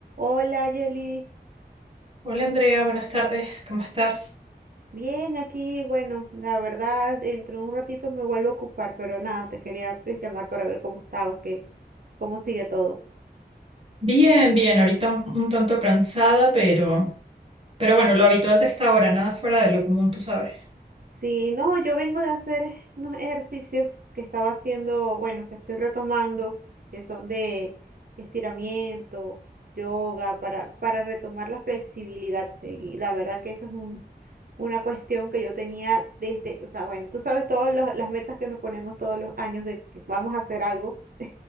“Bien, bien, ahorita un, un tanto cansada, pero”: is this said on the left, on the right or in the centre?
Right